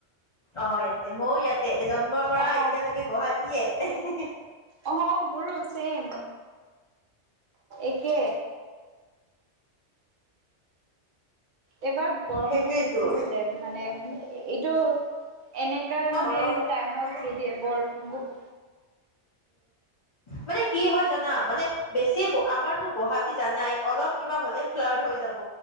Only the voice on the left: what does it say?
অ', ইয়াতে, ময়ো ইয়াতে, জন্মৰ পৰা
এতিয়ালৈকে গুৱাহাটীয়ে।
সেইটোয়েতো
গৰম
মানে
মানে কি হয় জানা, মানে বেছি, আমাৰতো গুৱাহাটী জানাই, অলপ কিবা হ'লে, ফ্লাড হৈ যাব।